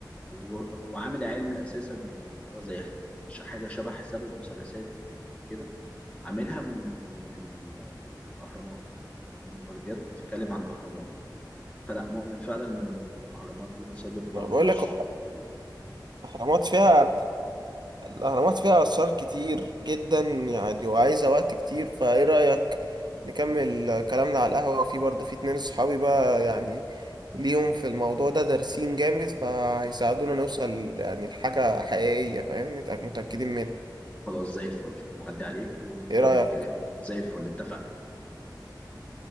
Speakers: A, on the left; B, on the right.
A: وهو عامل علم اساسا اللي هو زي ح- ش- حاجه شبه حساب المثلثات كده عاملها من من ال- من الاهرامات ومن برديات بتتكلم عن الاهرامات فلا مؤمن فعلا ان الاهرامات دي مصادر طاقه
B: ما بقول
A: مش
B: لك هو
A: توجيه
B: الاهرامات فيها الأهرامات فيها آثار كتير جدا يعني وعايزة وقت كتير فإيه رأيك نكمل كلامنا على القهوة وفي برضه في اتنين صحابي بقى يعني ليهم في الموضوع ده دارسين جامد فهيساعدونا نوصل يعني لحاجة حقيقية فاهم نتأك- متأكدين منها
A: خلاص زي الفل نعدي عليك ونكمل
B: إيه رأيك؟
A: كلام زي الفل اتفقنا